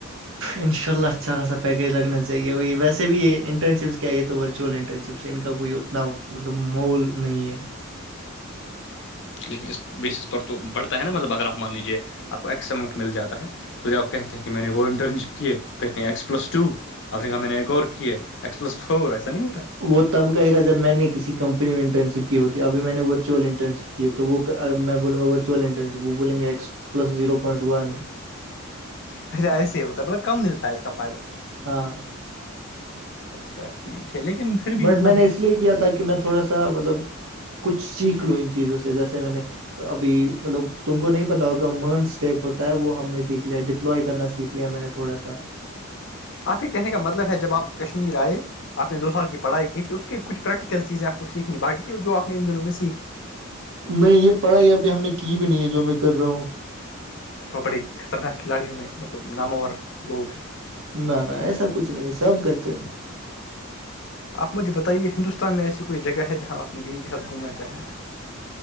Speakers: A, on the right; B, on the left.
A: انشاء اللہ اچھا پیکیج لگنا چاہیے وہی ویسے بھی یہ انرشپس کیا یہ تو ورچوولل انٹرن شپس ان کا کوئی نہ مطلب محول نہیں ہے
B: لیکن اس بیس پر تو بڑھتا ہے نا مطلب اگر آپ مان لیجیے آپ کو ایکس اماؤٹ مل جاتا ہے تو آپ کہتے ہیں کہ میں نےٹرن شپ کیے وہ کہتے ہیں ایکس پلس ٹو اب دیکھا میں نے ایک اور کیے ایکس پلس فور ایسا نہیں ہوتا
A: وہ تب کہےا جب میں نے کسی کمپنی میں انٹرن شپ کی ہوتی ہے ابھی میں نے ور ورچ انٹرن شپ کی ہے تو وہ میں بولوں گاورچل انٹرنشپ وہ بولیں گے x plus zero point one
B: اچھا ایسے ہی ہوتا ہے ب کم ملتا ہے اس کا فائدہ
A: ہاں
B: اچھا ٹھیک ہے لیکن پھر بھی
A: بٹ
B: مطلب
A: میں نے اس لیے کیا تھا کہ کہ میں تھوڑا سا مطلب کچھ سیکھ لو ان چیزوں سے جیسے میں نے ابھی مطلب تم کو نہیں پتا ہوگا مرنسٹیک ہوتا ہے وہ ہم نے سیکھ لیا ڈپلوائی کرنا سیکھ لیا میں نے تھوڑا سا
B: کافی کہنے کا مطلب ہے جب آپ کشمیر آئے آپ نے دو سال کی پڑھائی کی تھی اس کی کچھ پریکٹیکل چیزیں آپ کو سیکھنی بقی تھھی جو آپ نے ان دنوں میں سیکھ لیھی
A: نہیں یہ پڑھائی ابھی ہم نے کی بھی نہیں ہے جو میں کر رہا ہوں
B: تو بڑے خطرناک کھلاڑیوں میں مطلب ناموںور لوگ ہیں
A: نہ نہ ایسا کچھ نہیں سب کرتے
B: آپ مجھے بتائیے ہندوستان میں ایسی کوئی جگہ ہے جہاں آ اپنی بیوی کے ساتھ گھومنا چاہیںے